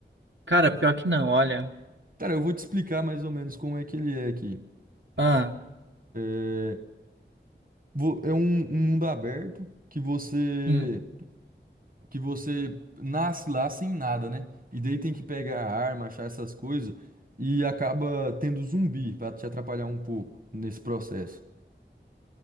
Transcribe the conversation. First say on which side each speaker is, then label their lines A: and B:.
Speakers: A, on the right (about 80°); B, on the right (about 50°).
A: cara, pior que não, olha.
B: Cara, eu vou te explicar mais ou menos como é que ele é aqui.
A: Ah,
B: É, Vo- É um, um mundo aberto que você
A: sim.
B: que você nasce lá sem nada, né? E daí tem que pegar a arma, achar essas coisas e acaba tendo zumbi pra te atrapalhar um pouco nesse processo.